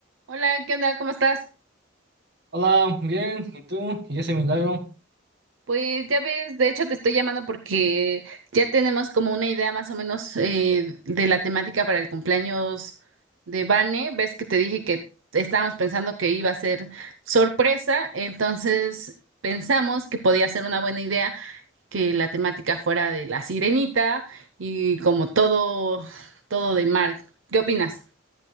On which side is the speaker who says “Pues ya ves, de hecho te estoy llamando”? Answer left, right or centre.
Right